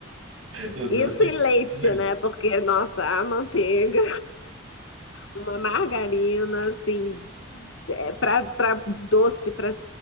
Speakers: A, on the right; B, on the left.
A: O doce
B: Isso e
A: já
B: leite,
A: estava ali.
B: né? Porque, nossa, a manteiga. Uma margarina, assim, é, para para doce, para